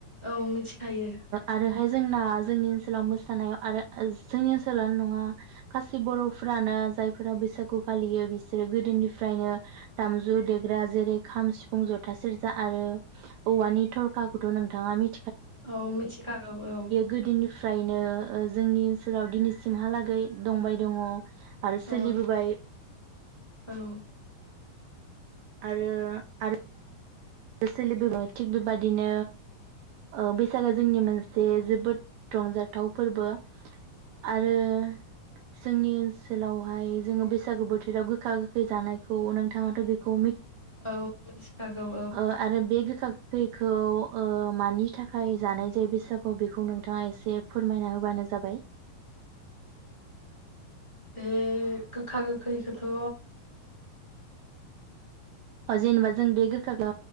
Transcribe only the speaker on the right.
आरोहाय दाजोंनि ओनसोलाव मोसानायाव आरो जोंनि ओनसोलानो नङा गासै बर'फ्रानो जायफोरा बैसागु फालियो बिसोरो गोदोनिफ्रायनो दामजु देग्रा जेरै खाम सि फुं जथा सेरजा आरो औवानि थरखाखौथ' नोंथाङा मि
गोदोनिफ्रायनो जोंनि ओनसोलाव दिनैसिमहालागै दंबाय दङ आरो सोलिबोबाय
आरो आरो सोलिबोबाय थिग बेबादिनो ओ बैसागो जोंनि मोनसे जोबोद रंजाथाव फोरबो। आरो जोंनि ओनसोलावहाय जोङो बैसागु बोथोराव गोखा गोखै जानायखौ नोंथाङाथ' बेखौ
औ आरो बे गोखा <unintelligible> मानि थाखाय जानाय जायो बैसागु बेखौ नोंथाङा एसे फोरमायना होबानो जाबाय
जेनेबा जों बे गोखाखौ